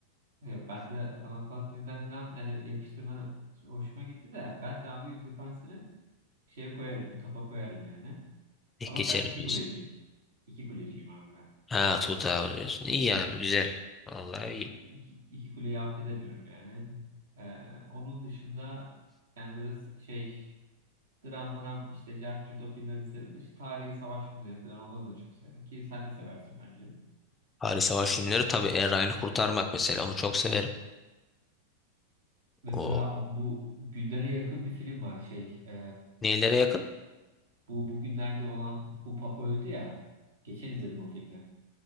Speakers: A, on the right (about 60°); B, on the left (about 15°).
A: Yok, ben de sanatsal filmden falan yani yakıştırmanı hoşuma gitti de ben de abi Yüzük Efendisi'ni şeye koyarım, bir tapa koyarım yani. Ama
B: Tek geçerim
A: ben iki
B: diyorsun.
A: kuleciyim. İki kuleciyim abi ben.
B: Ha Tuğut abi diyorsun. İyi abi güzel. Vallahi iyi.
A: iki, iki kuleyi affedemiyorum yani. Ee, onun dışında yani böyle s- şey dram mram işte Cerp Cürt o filmleri de severim de işte tarihi savaş filmleri falan onları da çok severim ki sen de seversin bence.
B: Paris Savaş filmleri tabii Er Ryan'ı kurtarmak mesela onu çok severim.
A: Mesela
B: O
A: bu günlere yakın bir film var şey e,
B: nelere yakın?
A: bu bugünlerde olan bu Papa öldü ya geçen izledim o filmi.